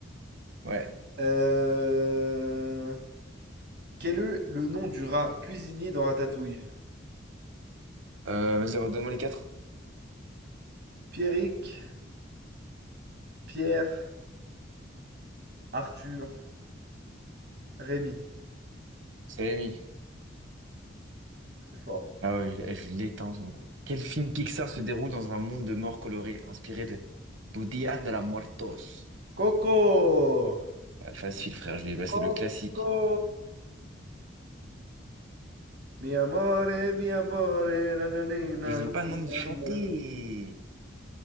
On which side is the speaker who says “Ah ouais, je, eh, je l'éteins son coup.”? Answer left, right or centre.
Right